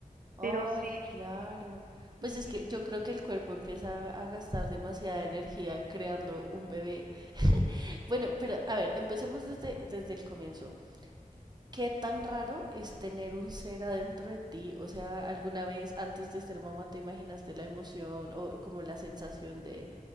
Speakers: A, on the right (about 30°); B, on the right (about 75°).
A: Ay,
B: Pero sí,
A: claro. Pues
B: sí,
A: es que yo creo que el cuerpo empieza a gastar demasiada energía creando un bebé. Bueno, pero a ver, empecemos desde, desde el comienzo. ¿Qué tan raro es tener un ser adentro de ti? O sea, ¿alguna vez antes de ser mamá te imaginaste la emoción o como la sensación de